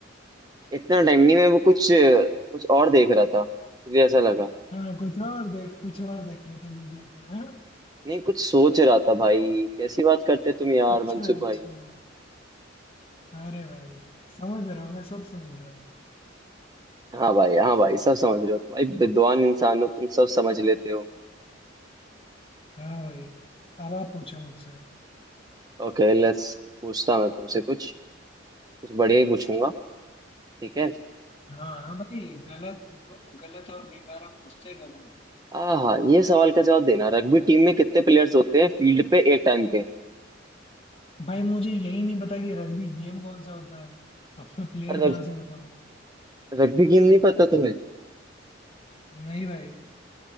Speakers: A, on the right; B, on the left.
A: इतना टाइम नहीं मैं वो कुछ कुछ और देख रहा था मुझे ऐसा लगा
B: हाँ कुछ और देख कुछ और देख रहे थे गूगल पे हाँ
A: नहीं कुछ सोच रहा था भाई कैसी बात करते तुम यार
B: अच्छा
A: मनसुख
B: अच्छा
A: भाई
B: अरे भाई समझ रहा हूँ मैं सब समझ रहा हूँ
A: हाँ भाई हाँ भाई सब समझ रहे हो तुम भाई विद्वान इंसान हो तुम सब समझ लेते हो
B: हाँ भाई अब आप पूछो मुझसे
A: Okay let's पूछता मैं तुमसे कुछ कुछ बढ़िया ही पूछूंगा ठीक है
B: हाँ हाँ भाई गलत गलत और बेकार आप पूछते कब हो
A: हाँ हाँ ये सवाल का जवाब देना रग्बी टीम में कितने प्लेयर्स होते हैं फील्ड पे एक टाइम पे
B: भाई मुझे यही नहीं पता कि रग्बी गेम कौन सा होता है अब मैं प्लेयर
A: रग,
B: कहाँ से बताऊँ
A: रग्बी गेम नहीं पता तुम्हें
B: नहीं भाई